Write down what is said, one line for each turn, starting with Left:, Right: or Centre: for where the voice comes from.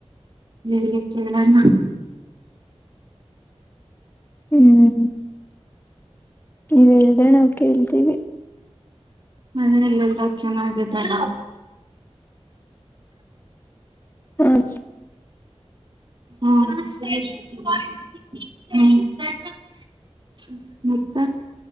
Right: ಹೇಳಿ ಕೇಳೋಣ
Left: ಹ್ಮ್ ನೀವ ಹೇಳಿದ್ರೆ ನಾವು ಕೇಳ್ತೀವಿ
Right: ಮನೆಯಲ್ಲೆಲ್ಲ ಚೆನ್ನಾಗಿದ್ದಾರ
Left: ಹ್ಮ ಚನ್ನ <unintelligible>
Right: ಹ್ಮ್ <unintelligible> ಮತ್ತ